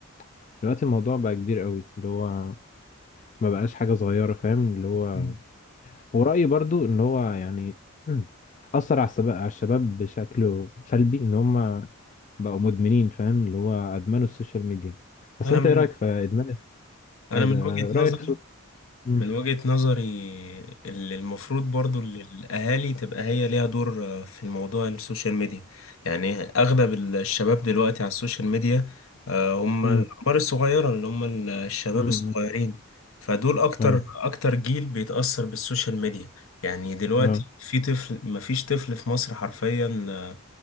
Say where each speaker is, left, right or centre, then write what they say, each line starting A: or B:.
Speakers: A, on the left; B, on the left.
A: فدلوقتي الموضوع بقى كبير قوي اللي هو ما بقاش حاجة صغيرة فاهم اللي هو
B: مم.
A: ورأيي برضو ان هو يعني <clears throat> اثر على الشباب على الشباب بشكل سلبي ان هم بقوا مدمنين فاهم اللي هو ادمنوا السوشيال ميديا بس
B: انا
A: انت
B: من
A: ايه رأيك في ادمان
B: انا
A: ال-
B: من وجهة
A: رأيك
B: نظري
A: في امم
B: من وجهة نظري اللي المفروض برضو اللي الأهالي تبقى هي ليها دور آه، في الموضوع السوشيال ميديا يعني أغلب الشباب دلوقتي على السوشيال ميديا آه، هم
A: امم
B: الأعمار الصغيرة اللي هم ال- الشباب
A: امم
B: الصغيرين فدول أكتر
A: ايوه
B: أكتر جيل بيتأثر بالسوشيال ميديا يعني دلوقتي
A: اه
B: في طفل مفيش طفل في مصر حرفيا آه،